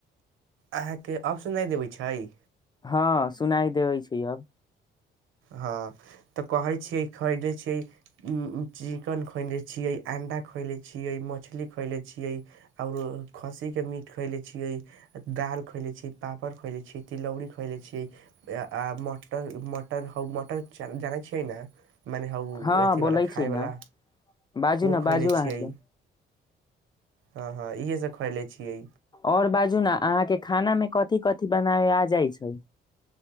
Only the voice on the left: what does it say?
हँअ् सुनाइ देबै छैइ अब
हँ
बोलै
छी ने बाजू ने
बाजू
अहाँके
और बाजू ने अहाँके खाना में कथि कथि बनाबे आ जाइ छैइ